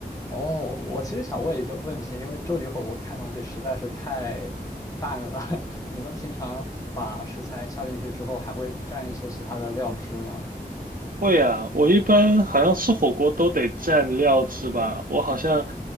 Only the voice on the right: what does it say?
会啊，我一般好像吃火锅都得蘸料汁吧。我好像，